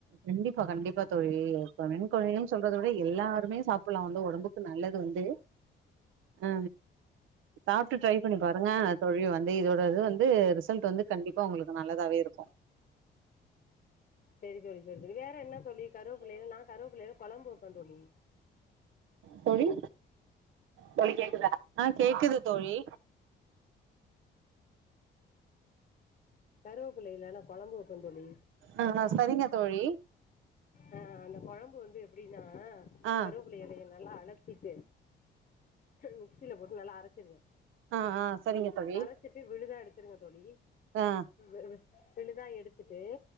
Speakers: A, on the right; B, on the left.
A: கண்டிப்பா கண்டிப்பா தோழி இப்ப பெண் கொழந்கள் சொல்றத விட எல்லாருமே சாப்புட்லா வந்து ஒடம்புக்கு நல்லது வந்து ஆ சாப்ட்டு ட்ரை பண்ணி பாருங்கா தோழி வந்து இதோட இது வந்த ரிசல்ட் வந்து கண்டிப்பா ஒங்களுக்கு நல்லதாவே இருக்கு
B: செரி தோழி செரி செரி வே என்ன தோழி கருவப்புள்ளைல நா கருவப்புள்ளைல கொழம்பு வப்பே தோழி
A: தோழி தோழி கேக்குதா ஆ கேக்குது தோழி
B: கருவப்புள்ளைல நா கொழம்பு வப்பே தோழி
A: ஆ ஆ சரிங்க தோழி
B: ஆ அந்த கொழம்பு வந்து எப்டின்னா
A: ஆ
B: கருவ ப்புள எலைய நல்லா அலச்சிட்டு மிக்சில போட்டு நல்லா அரச்சிருங்க
A: ஆ ஆ சரிங்க தோழி
B: அரச்சிட்டு விழுதா எடுத்துருங்க தோழி
A: ஆ
B: வி விழுதா எடுத்துட்டு